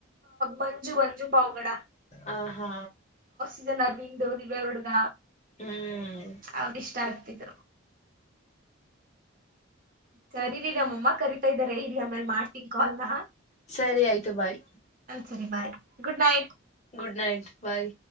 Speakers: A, on the right; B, on the left.
A: ಮಂಜು ಮಂಜು ಪಾವಗಡ
B: ಹ ಹಾ
A: <unintelligible> ಹಡುಗ
B: ಹ್ಮ್
A: ಅವಾಗ ಇಷ್ಟ ಆಗ್ತಿದ ಸರಿರೀ ನಮ್ಮ ಅಮ್ಮ ಕರಿತಾ ಇದ್ದಾರೆ ಇಲ್ಲಿ ಆಮೇಲೆ ಮಾಡ್ತೀನ್ ಕಾಲ್ನ
B: ಸರಿ ಆಯ್ತು ಬಾಯ್
A: ಸರಿ bye good night
B: good night ಬಾಯ್